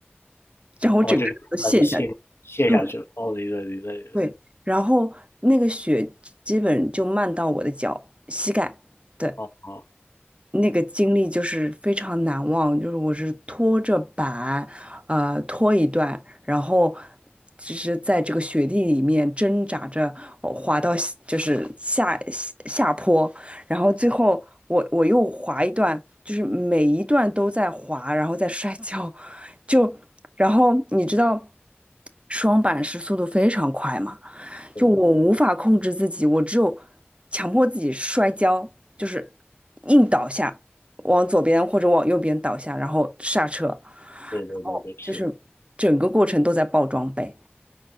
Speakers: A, on the right; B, on the left.
A: 然后我整个人都陷下去。
B: 哦，就是把你陷陷下去了，
A: 对
B: 哦，明白明白明白，
A: 对，然后那个雪基本就漫到我的脚膝盖。对。
B: 哦哦。
A: 那个经历就是非常难忘，就是我是拖着板，呃，拖一段，然后就是在这个雪地里面挣扎着呃滑到下就是下下下坡，然后最后我我又滑一段，就是每一段都在滑，然后在摔跤，就然后你知道双板是速度非常快嘛。
B: 对
A: 就我无法控制自己，我只有强迫自己摔跤，就是硬倒下，往左边或者往右边倒下，然后刹车，然
B: 对对对对，
A: 后就是整个过程都在爆装备，
B: 是的